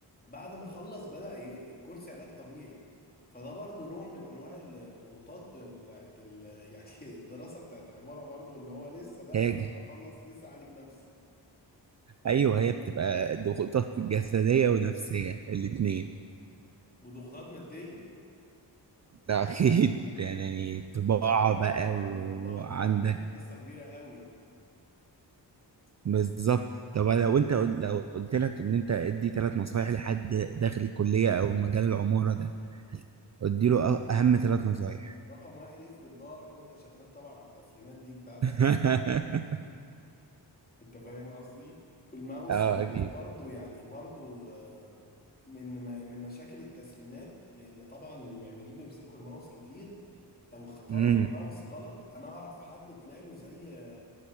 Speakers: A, on the left (about 20°); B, on the right (about 40°).
A: بعد ما خلص بدأ ي- كرسي علاج طبيعي فده برضو نوع من انواع الضغوطات بتاعت ال... <laughs> يعني الدراسة بتاعت عمارة برضو ان هو لسه بقى
B: هاجي
A: بعد ما خلص لسه عالج نفسي
B: ايوه هي بتبقى ضغوطات جسديه ونفسيه الاثنين
A: وضغوطات مادية
B: ده <laughs> اكيد يعني طباعه
A: الطباعة
B: بقى
A: طبعا
B: وعندك
A: الطباعة دي يعني قصة كبيرة قوي
B: بالظبط طب لو انت قل- لو قلت لك ان انت ادي ثلاث نصايح لحد داخل الكليه او مجال العماره ده ادي له أ- اهم ثلاث نصايح
A: رقم واحد افرض ظهرك وانت شغال طبعا على التسليمات دي بتاعتك
B: <laughs>
A: انت فاهم قصدي والماوس
B: اه
A: الماوس
B: اكيد
A: برضو يعني برضو آه، من من مشاكل التسليمات لان طبعا المعماريين بيمسكوا الماوس كتير لو اخترت
B: امم
A: ماوس غلط انا اعرف حد طلع له زي